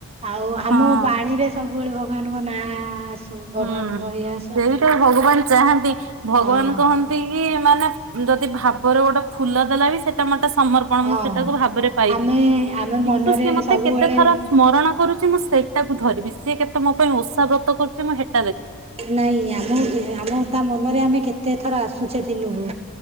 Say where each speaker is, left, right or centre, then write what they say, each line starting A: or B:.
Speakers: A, on the right; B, on the right.
A: ଆଉ
B: ହଁ
A: ଆମ ବାଣୀରେ ସବୁ ସବୁବେଳେ ଭଗବାନଙ୍କ ନାଁ ଆସୁ ଭଗବାନଙ୍କ
B: ହୁଁ
A: ଏଆ
B: ସେଇଟା ଭଗବାନ ଚାହାଁନ୍ତି ଭଗବାନ
A: ହଁ
B: କହନ୍ତି କି ମାନେ ଯଦି ଭା ବରେ ଗୋଟେ ଫୁଲ ଦେଲା ବି ସେଟା ମତେ ସମର୍ପଣ
A: ହଁ
B: ମୁଁ ସେଇଟାକୁ ଭାବରେ ପାଇବି।
A: ଆମେ ଆମେ
B: କିନ୍ତୁ
A: ମନରେ
B: ସିଏ ମତେ
A: ସବୁବେଳେ
B: କେତେ ଥର ସ୍ମରଣ କରୁଛି ମୁଁ ସେଇଟାକୁ ଧରିବି ସିଏ କେ ତେ ମୋ ପାଇଁ ଓଷା ବ୍ରତ କରୁଛି ମୁଁ ସେ
A: ନାଇଁ ଆମ <inaudible> ଆମେ ତା ମନରେ ଆମେ କେତେ ଥର ଆସୁଛେ ଦିନକୁ।